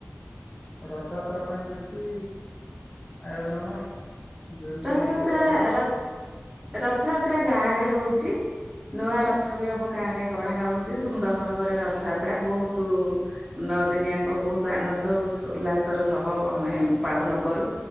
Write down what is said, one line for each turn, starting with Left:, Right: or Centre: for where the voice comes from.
Left: ରଥଯାତ୍ରା ପାଇଁ କିଛି ଆୟୋଜନ? ଯେମିତି
Right: ରଥଯାତ୍ରା
Left: ରଥ ଦର୍ଶନ
Right: ର ରଥଯାତ୍ରା ଗାଁ ରେ ହଉଛି ନୂଆ ରଥ ବି ଅବ ଗାଁ ରେ ଗଢା ହଉଛି ସୁନ୍ଦର ଭାବରେ ରଥଯାତ୍ରା ବହୁତ ନଅ ଦିନିଆଙ୍କ ବହୁତ ଆନନ୍ଦ ଉଲ୍ଲାସର ସହ ଆମେ ପାଳନ କରୁ